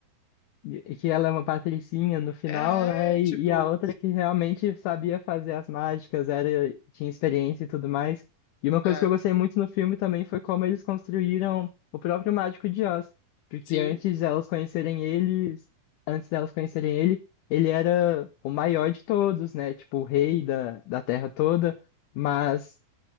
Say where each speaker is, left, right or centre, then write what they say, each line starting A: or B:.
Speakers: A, on the left; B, on the left.
A: e- que ela é uma patricinha no final,
B: É,
A: né?
B: tipo,
A: E, e a outra que realmente sabia fazer as mágicas, era, tinha experiência e tudo mais. E uma coisa
B: é,
A: que eu gostei muito no filme também foi como eles construíram o próprio Mágico de Oz, porque
B: sim,
A: antes delas conhecerem eles, antes delas conhecerem ele, ele era o maior de todos, né? Tipo, o rei da, da terra toda, mas